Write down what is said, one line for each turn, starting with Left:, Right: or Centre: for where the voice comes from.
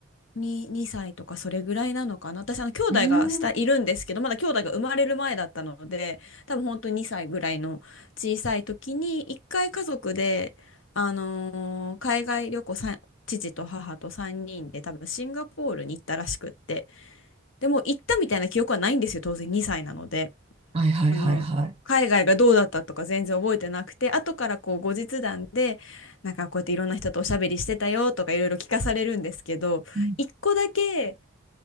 Left: 2、2歳とかそれぐらいなのかな。私、あの、兄弟が下いるんですけど、
Right: うーん。
Left: まだ兄弟が生まれる前だったので、多分本当に2歳ぐらいの小さい時に、一回家族で、あのー海外旅行さん、父と母と3人で多分シンガポールに行ったらしくって。でも行ったみたいな記憶はないんですよ、当然2歳なので。
Right: はい。はい。
Left: あの海外がどうだったとか全然覚えてなくて後からこう後日談でなんかこうやっていろんな人とおしゃべりしてたよとかいろいろ聞かされるんですけど一個だけ
Right: はい。はい。うん